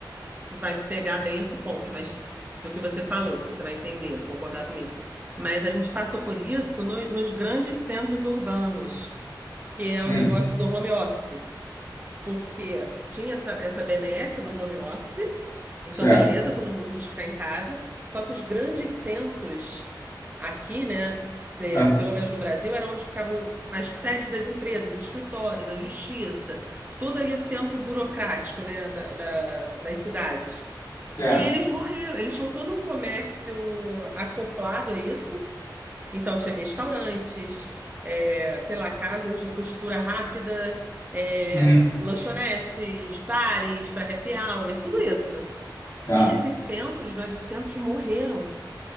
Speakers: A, on the right; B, on the left.
A: se vai pegar bem esse ponto, mas do que você falou, se você vai entender, concordar comigo. Mas a gente passou por isso no- nos grandes centros urbanos, que é o
B: Hum,
A: negócio do home office. porque tinha essa, essa benesse do home office, então
B: certo.
A: beleza, todo mundo quis ficar em casa, só que os grandes centros aqui, né, é,
B: Ah,
A: pelo menos no Brasil, era onde ficavam as sedes das empresas, escritórios, a justiça, todo ali o centro burocrático, né, da, da- das cidades.
B: certo.
A: E eles morreram, eles tinham todo um comércio acoplado a isso, então, tinha restaurantes, é, sei lá, casas de costura rápida, é,
B: Uhum.
A: lanchonetes, bares para happy hour, tudo isso.
B: Ah,
A: E esses centros, grandes centros, morreram.